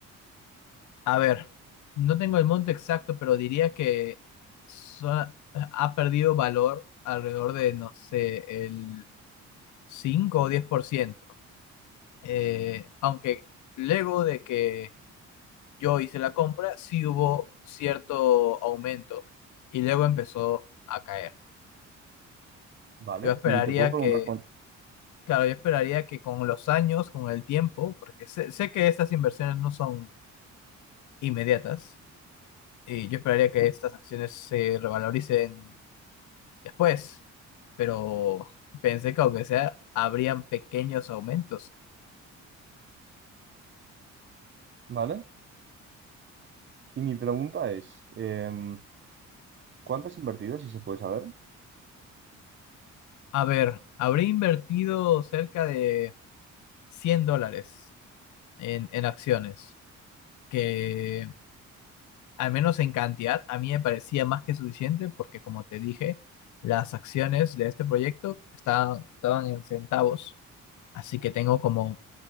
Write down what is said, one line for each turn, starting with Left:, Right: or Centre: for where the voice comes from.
Left: A ver, no tengo el monto exacto, pero diría que so- ha perdido valor alrededor de, no sé, el cinco o diez por ciento Eh, aunque luego de que yo hice la compra, sí hubo cierto aumento y luego empezó a caer.
Right: Vale,
Left: Yo esperaría
Right: y te puedo preguntar
Left: que,
Right: cuánto,
Left: claro, yo esperaría que con los años, con el tiempo, porque sé, sé que estas inversiones no son inmediatas y yo esperaría que estas acciones se revaloricen después, pero pensé que aunque sea, habrían pequeños aumentos.
Right: ¿vale? Y mi pregunta es, em, ¿cuánto has invertido, si se puede saber?
Left: A ver, habría invertido cerca de 100 dólares en, en acciones, que al menos en cantidad a mí me parecía más que suficiente porque como te dije, las acciones de este proyecto estaban, estaban en centavos, así que tengo como